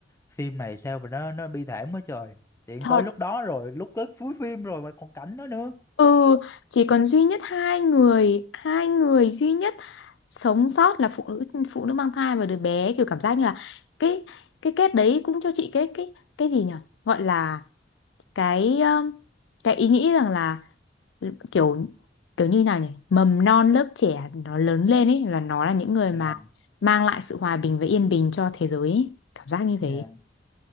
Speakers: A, on the left; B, on the left.
A: phim này sao mà nó nó bi thảm quá trời tiện
B: Thật
A: tới lúc đó rồi lúc tới cuối phim rồi mà còn cảnh đó nữa
B: Ừ, chỉ còn duy nhất hai người, hai người duy nhất sống sót là phụ nữ phụ nữ mang thai và đứa bé kiểu cảm giác như là cái cái kết đấy cũng cho chị cái cái cái gì nhỉ? Gọi là cái um, cái ý nghĩ rằng là kiểu kiểu như nào nhỉ? Mầm non lớp trẻ nó lớn lên ấy là nó là những người
A: dạ
B: mà mang lại sự hòa bình và yên bình cho thế giới ấy. Cảm giác như
A: dạ
B: thế.